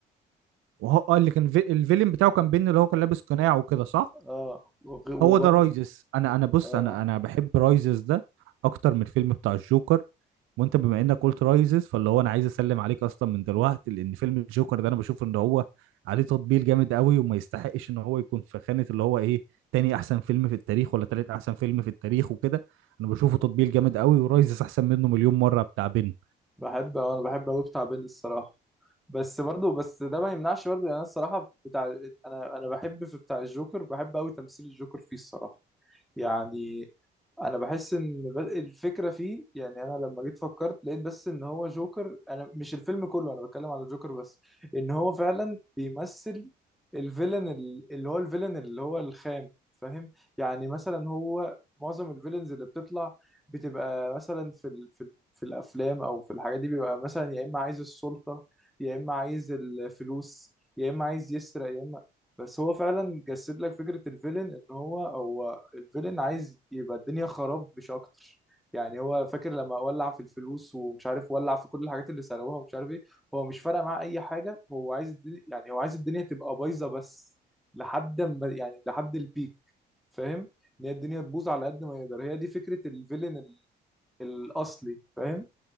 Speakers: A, on the right; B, in the centre.
A: وهو اه اللي كان في... الفيلم بتاعه كان بين اللي هو كان لابس قناع وكده صح
B: اه وغ- وبرضه
A: هو ده رايزس انا انا بص
B: اه
A: انا انا بحب رايزس ده اكتر من الفيلم بتاع الجوكر وانت بما انك
B: مم.
A: قلت رايزس فاللي هو انا عايز اسلم عليك اصلا من دلوقتي لان فيلم الجوكر ده انا بشوف ان هو عليه تطبيل جامد قوي وما يستحقش ان هو يكون في خانة اللي هو ايه تاني احسن فيلم في التاريخ ولا تالت احسن فيلم في التاريخ وكده انا بشوفه تطبيل جامد قوي ورايزس احسن منه مليون مرة بتاع بن
B: بحب انا بحب قوي بتاع بن الصراحه بس برضه بس ده ما يمنعش برضه يعني انا الصراحه بتاع انا انا بحب في بتاع الجوكر بحب قوي تمثيل الجوكر فيه الصراحه يعني انا بحس ان ب- الفكره فيه يعني انا لما جيت فكرت لقيت بس ان هو جوكر انا مش الفيلم كله انا بتكلم على جوكر بس ان هو فعلا بيمثل الفيلن ال- اللي هو الفيلن اللي هو الخام فاهم يعني مثلا هو معظم الفيلنز اللي بتطلع بتبقى مثلا في ال... في ال- في الافلام او في الحاجات دي بيبقى مثلا يا اما عايز السلطه يا اما عايز الفلوس يا اما عايز يسرق يا اما بس هو فعلا جسد لك فكره الفيلن ان هو هو الفيلن عايز يبقى الدنيا خراب مش اكتر يعني هو فاكر لما ولع في الفلوس ومش عارف ولع في كل الحاجات اللي سرقوها ومش عارف ايه هو مش فارق معاه اي حاجه هو عايز الدنيا يعني هو عايز الدنيا تبقى بايظه بس لحد ما يعني لحد البيك فاهم ان هي الدنيا تبوظ على قد ما يقدر هي دي فكره الفيلن ال- الاصلي فاهم